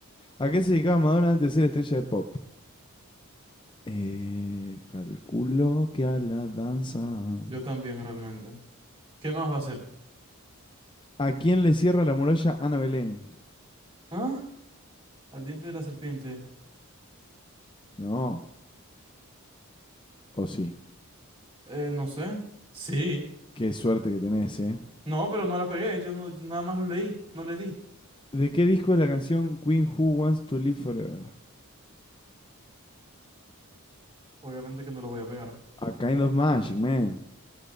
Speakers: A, on the left (about 20°); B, on the right (about 25°).
A: ¿A qué se dedicaba Madonna antes de ser estrella de pop? Eh, calculo que a la danza.
B: Yo también realmente. ¿Qué más va a ser?
A: ¿A quién le cierra la muralla Ana Belén?
B: ¿Ah? Al diente de la serpiente.
A: No, o sí.
B: Eh, no sé. Sí.
A: Qué suerte que tenés, ¿eh?
B: No, pero no la pegué. Yo no, nada más lo leí. No le di.
A: ¿De qué disco es la canción Queen Who Wants to Live Forever?
B: Obviamente que no la voy a pegar.
A: A Kind of Magic, man.